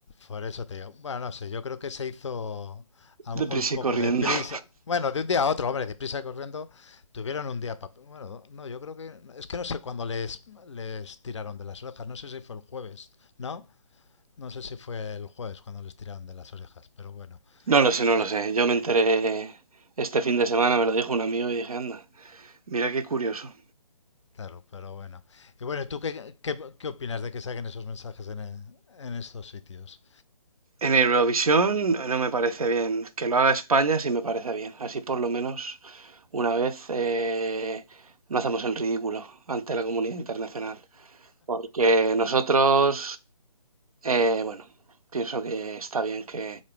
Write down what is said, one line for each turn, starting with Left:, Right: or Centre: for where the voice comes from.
Left: Por eso te digo. Bueno, no sé, yo creo que se hizo a lo mejor
Right: Deprisa
Left: un poco
Right: y corriendo.
Left: de prisa.
Right: <laughs>
Left: Bueno, de un día a otro, hombre, de prisa y corriendo, tuvieron un día para... Bueno, no, yo creo que... Es que no sé cuándo les, les tiraron de las orejas, no sé si fue el jueves, ¿no? No sé si fue el jueves cuando les tiraron de las orejas, pero bueno,
Right: No lo sé, no
Left: eh,
Right: lo sé. Yo me enteré este fin de semana, me lo dijo un amigo y dije, anda, mira qué curioso.
Left: claro, pero bueno. Y bueno, ¿tú qué, qué, qué opinas de que saquen esos mensajes en, en estos sitios?
Right: En Eurovisión no me parece bien. Que lo haga España sí me parece bien. Así por lo menos una vez eh, no hacemos el ridículo ante la comunidad internacional. Porque nosotros Eh, bueno, pienso que está bien que